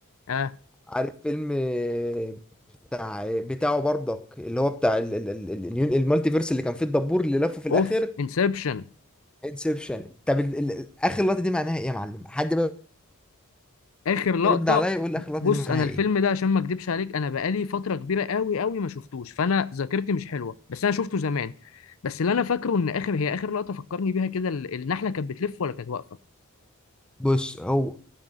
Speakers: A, on the left; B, in the centre.
A: آه
B: عارف فيلم آه، بتاع بتاعه برضك اللي هو بتاع ال- ال- ال- ال- اليون- المالتي فيرس اللي كان فيه الدبور اللي لفه في الاخر
A: أوف انسبشن
B: انسبشن طب ال- ال- اخر لقطه دي معناها ايه يا معلم حد بقى
A: آخر لقطة
B: يرد عليا يقول لي اخر لقطه
A: بص
B: دي معناها
A: أنا الفيلم
B: ايه
A: ده عشان ما أكدبش عليك أنا بقالي فترة كبيرة قوي قوي ما شفتوش فأنا ذاكرتي مش حلوة بس أنا شفته زمان بس اللي أنا فاكره إن آخر هي آخر لقطة فكرني بيها كده ال- النحلة كانت بتلف ولا كانت واقفة؟
B: بص هو